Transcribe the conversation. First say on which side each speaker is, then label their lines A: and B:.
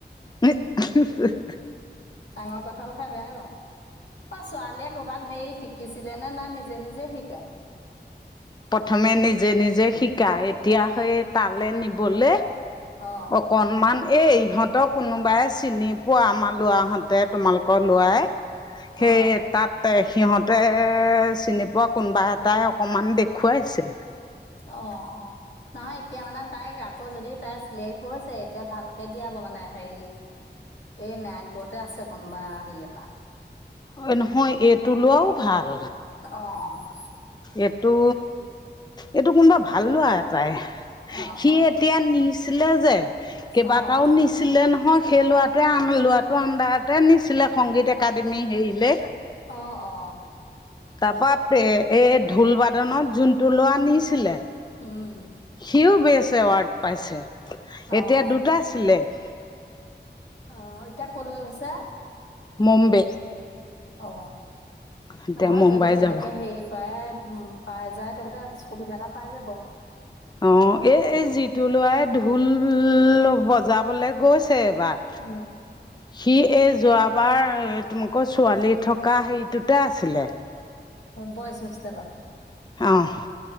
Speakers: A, on the left; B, on the left.
A: ন <unintelligible>
B: ডাঙৰ কঠাল খাই বেয়াই পাও। অ ছোৱালীয়ে কবাত হেই শিকিছিলে নে? না নিজে- নিজে শিকা?
A: প্ৰথমে নিজে-নিজে শিকা। এতিয়া সেই তালে নিবলে
B: অ।
A: অকণমান এ ইহঁতক কোনোবাই চিনি পোৱা আমাৰ ল'ৰাহঁতে তোমালোকৰ ল'ৰাই
B: অ',
A: সেই তাত সিহঁতে চিনি পোৱা কোনোবা এটাই অকমান দেখুৱাইছে।
B: অ-অ, নহয় এতিয়া মানে তাই আকৌ যদি তাই চিলেক্ট হৈছে এতিয়া ভাল তে দিয়াব মানে হেই এই নাৰায়ণপুৰতে আছে কোনোবা হেই এটা।
A: অ নহয়, এইটো লোৱাও ভাল।
B: অ, অ।
A: এইটো, এইটো কোনবা ভাল লৱা এটাই।
B: অ', অ',
A: সি এতিয়া নিছিলে যে, কেইবাটাও
B: অ', অ',
A: নিছিলে নহয়। সেই লৱাটোৱে লৱাটো আণ্ডাৰতে নিছিলে সংগীত একাডেমি হেৰিলে।
B: অ, অ।
A: তাৰপা এই ঢোল বাদনত যোনটো লৱা নিছিলে।
B: উম।
A: সিও বেচ এৱাৰ্ড পাইছে।
B: অ',
A: এতিয়া দুটা চিলেক
B: অ, এতিয়া ক'লৈ গৈছে?
A: মুম্বে।
B: অ,
A: এতিয়া
B: নহয়
A: মুম্বাই
B: যদি তেনেকে
A: যাব
B: হেই প্ৰায় উম, পাই যায় তেহেতে সুবিধা এটা পাই যাব।
A: অ এই এই যিটো ল'ৰাই ঢোল বজাবলে গৈছে এবাৰ।
B: অ।
A: সি এই যোৱাবাৰ তোমালোকৰ ছোৱালী থকা হেৰিটোতে আছিলে। <inaudible>
B: অ বয়ছ হোষ্টেলত,
A: অ'